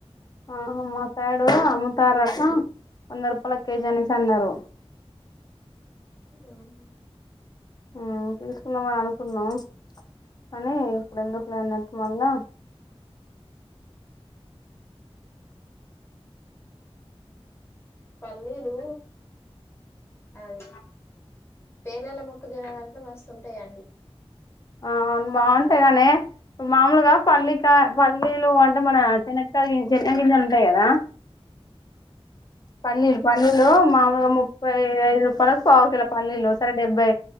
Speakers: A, on the left; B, on the left.
A: ఆ మా సైడు అముతారట వంద రూపాయల కేజీ అనేసి అన్నారు
B: ఉమ్
A: ఉమ్ తీసుకుందామని అనుకున్నాం కానీ ఇప్పుడు ఎందుకు లేనట్టు మళ్ళా
B: పల్లీలు అది పేలల మొక్క జోనల్ దంట్లో మస్తుంటాయండి
A: ఆ బాగుంటాయి గానీ మామూలుగా పల్లికా పల్లీలు అంటే మన శనక్కయ చెనగ గింజాలు ఉంటాయి కదా పల్లీలు పల్లీలు మామూలుగా ముప్పై ఐదు రూపాయలకు పావు కలో పల్లీలు సరే డెబ్బై